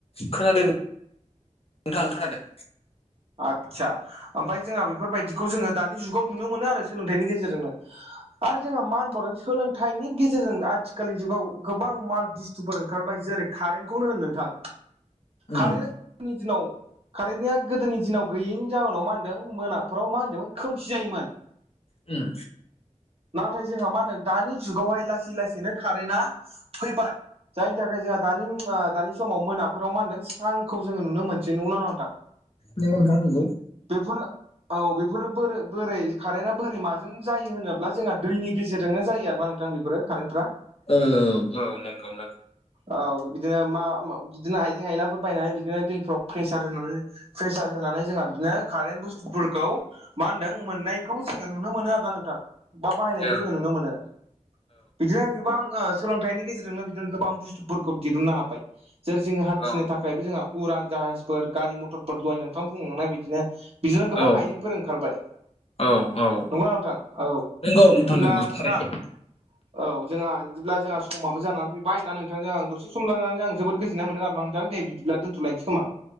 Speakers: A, on the left; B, on the right.
A: खोनादों नोंथां खोनादों।
B: आदसा ओमफाय जोंहा बेफोरबायदिखौ जोङो दानि जुगाव नुनो मोनो आरो सोलोंथाइनि गेजेरजोंनो। आरो जोंहा मा होनबावदों सोलोंथाइनि गेजेरजों आथिखालनि जुगाव गोबां माल बुस्थुफोर ओंखारबाय जेरै कारेन्टखौनो होन नोंथां
A: उम
B: कारेन्टआ नि दिनाव कारेन्टनिया गोदोनि दिनाव गैयैनि जाउनाव मा होनदों मोनाफोराव मा होनदोंमोन खोमसि जायोमोन।
A: उम।
B: नाथाय जोंहा मा होनदों दानि जुगावहाय लासै लासैनो कारेन्टा फैबाय। जायनि थाखाय जोंहा दानि ओ दानि समाव मोनाफोराव मा होनदों स्रांखौ जोङो नुनो मोनसै नंगौना नङा नोंथां।
A: नंगौ नोंथां नंगौ
B: बेेफोर औ बेफोरो बोरो बोरै कारेन्टआ बोरै माजों जायो होनोब्ला जोंहा दैनि गेजेरजोंनो जायो आरोना नोंथां बेफोरो। कारेन्टफ्रा।
A: औ औ औ नंगौ नों
B: औ बिदिनो मा मा बिदिनो आइजें आयलाफोर बायनानै बिदिनो दैफ्राव प्रेसार होनानै प्रेसार होनानै जोंहा बिदिनो कारेन्ट बुस्थुफोरखौ मा होनदों मोननायखौ जोङो नुनो मोनो आरो ना नोंथां बा बाहायनायखौ
A: औ
B: जोङो नुनो मोनो। बिदिनो गोबां ओ सोलोंथाइनि गेजेरजोंनो बिदिनो गोबां बुस्थुफोरखौ दिहुननो हाबाय। जेरै जोङो हान्थिनो
A: औ
B: थाखायबो जोंहा उरां जाहाजफोर गारि मथर दहाय नोंथां बुंलांनाय बायदिनो बिदिनो गोबां
A: औ
B: आइजेंफोर ओंखारबाय।
A: औ औ
B: नंगौना नोंथां औ
A: नंगौ नोंथां
B: बिला
A: नंगौ
B: नोंथां
A: थारैनो
B: औ जोंहा इदिब्ला जोंहा समाबो जानानै फैबाय दा नोंथांजों आं दसे सम रालानानै आं जोबोद गोजोननाय मोनदों आरोना नोंथां दे बि दिब्ला दोनथ'लायनोसै खोमा।